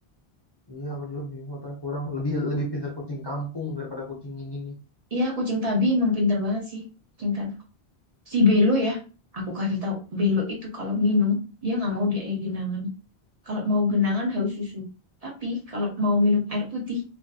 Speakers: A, on the left; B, on the right.
A: Iya, aku juga bingung. Otaknya kurang lebih lebih pintar kucing kampung daripada kucing ini nih.
B: Iya, kucing tabi emang pinter banget sih. Kucing tabi. Si Belo ya, aku kasih tahu Belo itu kalau minum, dia nggak mau di air genangan. Kalau mau genangan harus susu. Tapi kalau mau minum air putih,